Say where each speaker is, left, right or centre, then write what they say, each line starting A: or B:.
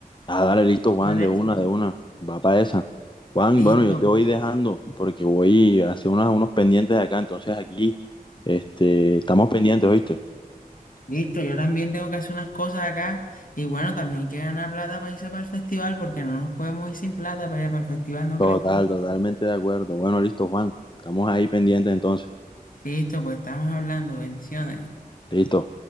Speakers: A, on the left (about 30°); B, on the left (about 65°).
A: Ah, dale, listo, Juan,
B: ¿Te parece?
A: de una, de una. Va para esa. Juan,
B: Listo,
A: bueno, yo te voy dejando porque voy a hacer unos, unos pendientes acá. Entonces aquí, este, estamos pendientes, ¿oíste?
B: listo. Yo también tengo que hacer unas cosas acá y bueno, también hay que ganar plata para irse para el festival porque no nos podemos ir sin plata para allá para el festival, ¿no
A: Total,
B: crees tú?
A: totalmente de acuerdo. Bueno, listo, Juan. Estamos ahí pendientes entonces.
B: Listo, pues estamos hablando. Bendiciones.
A: Listo.